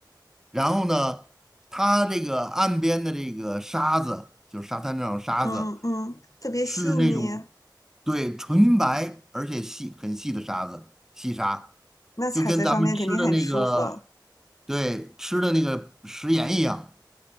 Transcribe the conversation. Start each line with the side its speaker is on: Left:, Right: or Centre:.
Centre: 然后呢，它这个岸边的这个沙子，就是沙滩上的沙子，
Left: 嗯嗯，特别细腻，
Centre: 是那种对纯白而且细很细的沙子，细沙，
Left: 那踩在上面肯定很舒服。
Centre: 就跟咱们吃的那个对吃的那个食盐一样。